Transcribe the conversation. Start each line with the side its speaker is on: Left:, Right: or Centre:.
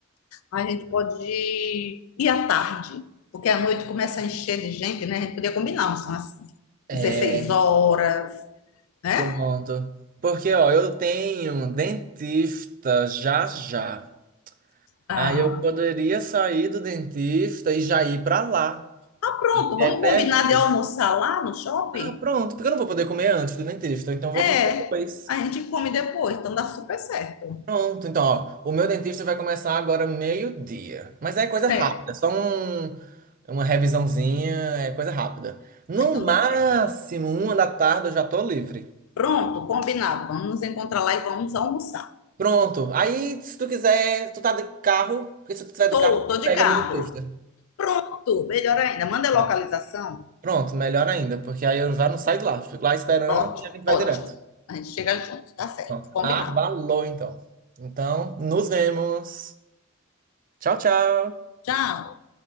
Left: A gente pode ir à tarde, porque à noite começa a encher de gente, né? A gente podia combinar, são as
Right: É,
Left: 16 horas, né?
Right: pronto. Porque, ó, eu tenho dentista já já.
Left: Ah,
Right: Aí eu poderia sair do dentista e já ir pra lá.
Left: Pronto,
Right: É
Left: vamos
Right: perto.
Left: combinar de almoçar lá no shopping?
Right: Ah, pronto, porque eu não vou poder comer antes do dentista, então eu vou
Left: É,
Right: comer depois.
Left: a gente come depois, então dá super certo.
Right: Pronto, então, ó, o meu dentista vai começar agora meio-dia. Mas é coisa
Left: Certo.
Right: rápida, é só um, uma revisãozinha, é coisa rápida. No
Left: Ah, Então
Right: máximo,
Left: dá certo.
Right: uma da tarde eu já tô livre.
Left: Pronto, combinado. Vamos nos encontrar lá e vamos almoçar.
Right: Pronto, aí se tu quiser, tu tá de carro, porque se tu tiver
Left: Tô,
Right: de carro, tu
Left: tô de
Right: pega
Left: carro.
Right: no dentista.
Left: Pronto, melhor ainda. Manda a
Right: Bom,
Left: localização.
Right: Pronto, melhor ainda, porque aí eu já não saio de lá, fico lá esperando
Left: Pronto,
Right: e a gente vai
Left: ótimo.
Right: direto.
Left: A gente chega junto, tá certo.
Right: Ó,
Left: Combinado.
Right: Abalou, então. Então, nos vemos. Tchau, tchau.
Left: Tchau.